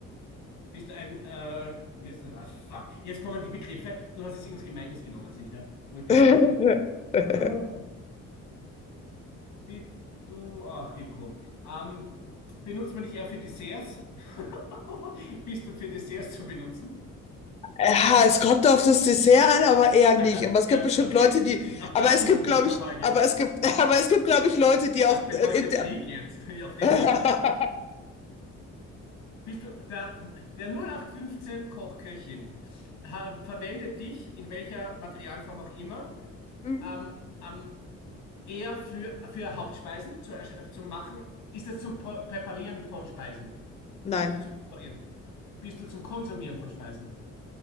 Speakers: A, on the left; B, on the left.
A: Bist du ein, äh, wie ist das? Ah, fuck. Jetzt kommen die Begriffe. Du hast jetzt irgendwas Gemeines genommen, sicher. Wo ich den
B: <laughs>
A: Begriff nicht. Hallo. Bist du, ach, gekommen. Ähm, benutzt man dich eher für Desserts? <laughs> Bist du für Desserts zu benutzen?
B: Ja, es kommt auf das Dessert an, aber eher nicht.
A: Alter,
B: Aber es
A: ernsthaft
B: gibt bestimmt Leute,
A: jetzt?
B: die,
A: Du bist auf
B: aber
A: das
B: es
A: Niveau
B: gibt,
A: runterfallen
B: glaube ich, aber
A: jetzt?
B: es gibt, <laughs> aber es gibt, glaube ich, Leute, die auch
A: Das bedeutet
B: äh, in der,
A: Krieg jetzt, <laughs> hier auf dem
B: <laughs>
A: Niveau. Bist du, der, der null acht fünfzehn Kochköchin ha, verwendet dich, in welcher Materialform auch immer,
B: Hm,
A: ähm, ähm, eher für, für Hauptspeisen zu, ersch- äh, zu machen? Ist es zum Prä- Präparieren von Speisen?
B: Nein,
A: Bist du zum Präparieren? Bist du zum Konsumieren von Speisen?